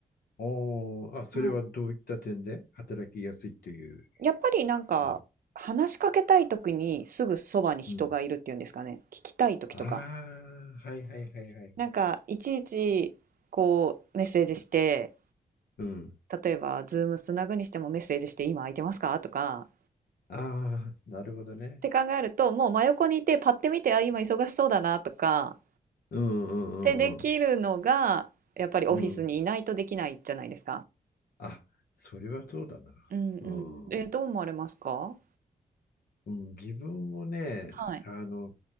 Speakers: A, on the left; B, on the right.
A: おー、あ、それはどういった点で働きやすいという
B: はい。やっぱりなんか、
A: のは。
B: 話しかけたい時にすぐそばに人がいるっていうんですかね。
A: うん。
B: 聞きたい時とか。
A: ああ、はいはいはいはい。
B: なんか、いちいち、こう、メッセージして、
A: うん。
B: 例えば、ズームつなぐにしてもメッセージして、今空いてますかとか、
A: ああ、なるほどね。
B: って考えると、もう真横にいて、パッて見て、あ、今忙しそうだなとか、
A: うんうんうんうん。
B: でできるのが、やっぱりオフィスにいないとできないじゃないですか。
A: うん。あ、それはそうだな。
B: うんうん。
A: う
B: え、どう思われますか
A: ん。うん、自分もね、
B: はい。
A: あの、